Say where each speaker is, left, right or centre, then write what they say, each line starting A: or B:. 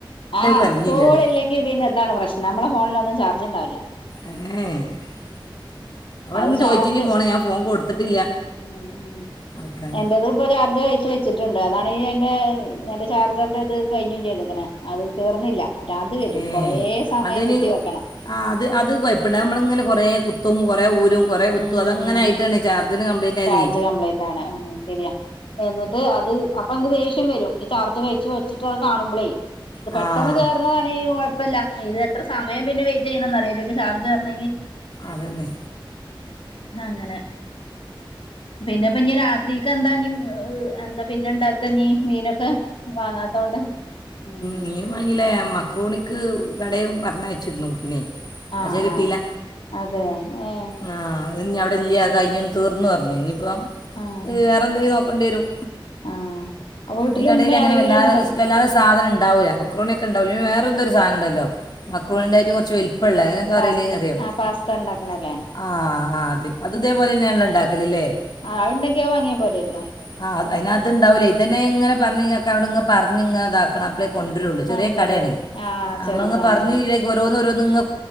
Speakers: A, on the left (about 85°); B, on the left (about 55°).
A: ആ
B: പറഞ്ഞില്ല
A: സ്കൂള്ല്ലങ്കി
B: അവിടെ
A: പിന്നെന്താണ് പ്രശ്നം മ്മള ഫോണിലൊന്നും ചർജ്ണ്ടാവില്ല.
B: എ ഇ വടെന്ന്
A: അത് ചാർജ്
B: ചോയിച്ചിന് ഫോണ് ഞാൻ ഫോൺ കൊടുത്തിട്ടില്ല.
A: ഉം ഉം
B: കൊടുക്കാൻ
A: എന്റേത് ഇപ്പൊ ചാർജ് കഴി വെച്ചിട്ടുണ്ട് അതാണ് ഈ എന്റെ എന്റെ ചാർജർന്റെത് കഴിഞ്ഞും ചെയ്ത്ക്ക്ണ് അത്. കേർന്നില്ല ഭ്രാന്ത് വരും
B: ഏ
A: കുറെ സമയം
B: അതിന്
A: കുത്തി വെക്കണം.
B: ആ അത് അത് കുഴപ്പണ്ട് നമ്മള് ഇങ്ങനെ കൊറേ കുത്തും കൊറെ ഊരും. കുറെ കുത്തും
A: ഉം
B: അത് അങ്ങനെ ആയിട്ടാണ് ചാർജർന് കംപ്ലയിന്റ് ആയത്.
A: ചാർജ് കംപ്ലൈന്റ് ആണ് ഉം ശരിയാ എന്നിട്ട് അത് അപ്പൊ ങ് ദോഷ്യം വരും ഈ ചാർജറ് കഴിച്ച് വെച്ചിട്ട് അത് കാണുമ്പളേ. ഇത്
B: ആ
A: പെട്ടെന്ന് കേറുന്നതാണെങ്കി കുഴപ്പല്ല ഇത് എത്ര സമയം പിന്നെ വെയിറ്റ് ചെയ്യണം അറിയൊ ഇതിലേക്ക് ചാർജ് കെറണകി.
B: അതെന്ന.
A: അങ്ങനെ പിന്നെപ്പഞ്ഞ് രാത്രീക്ക് എന്താ ഇഞ്ഞ് <unintelligible> എന്താ പിന്നെണ്ടാ ഒക്കെഞ് മീനൊക്കെ വാങ്ങാത്തോണ്ട് ഉം
B: മീൻ വാങ്ങില്ലേ മക്രോണിക്ക് കടേ പറഞ്ഞയച്ചിരുന്നു കുട്ടിനെ.
A: ആഹ്
B: പക്ഷേ കിട്ടിയില്ല
A: ആഹ് അതെ ഏഹ്
B: ആഹ് അത് ഇഞ്ഞ് അവടെ ഇല്യ കഴിഞ്ഞ്തീർന്നുറഞ്ഞു ഇഞ്ഞ്ഇപ്പൊ
A: ആഹ്
B: വേറെ എന്തേലും നോക്കണ്ടേരും
A: ആഹ് അപ്പൊ വീട്ടില്
B: ഈ കടേല്
A: ഉമ്മ
B: അങ്ങനെ
A: ആരെങ്കിലും
B: വെല്ലാതെ
A: ഉണ്ടോ
B: സ് വെല്ലാതെ സാധനം ഇണ്ടാവൂല മക്രൂണിയെക്കെ ഇണ്ടാവൂല വേറെന്തോ ഒരു സാധനംണ്ടല്ലോ മക്രോണിന്റെെറ്റും
A: ഉം
B: കൊറച്ച് വെല് പ്പെള്ളെ അതിനെന്താ
A: പാസ്ത
B: പറയല് അറിയോ പാസ്തപാസ്തല്ലേ
A: ആഹ് പാസ്ത ഇണ്ടാക്കണല്ലേ
B: ആഹ് ആഹ് അത്
A: ആ
B: അത് ഇതേപോലെന്നേണ്ലോ ഇണ്ടാക്കല് ലേ ആഹ് അത്ണ്ടെങ്കിഅത്
A: അതുണ്ടെങ്കി അത് വാങ്ങിയാ പോരായിരുന്നോ
B: വാങ്ങിയാ ആ് അതിന് അത് ഇണ്ടാവൂ െല്ലയ് ഇതന്നെ ഇങ്ങനെ പറഞ്ഞ് കാക്കാനോട് ഇങ്ങനെ പറഞ്ഞ് ഇങ്ങനെതാക്കണം അ കൊണ്ടരൊള്ളൂ
A: കൊണ്ടരുള്ളൂ
B: ചെറിയ കടയാണ്
A: ആഹ്
B: നമ്മളിങ്ങനെ
A: ചെറുതാണല്ലേ
B: പറഞ്ഞ് ഓരോന്ന ഓരോ നിങ്ങ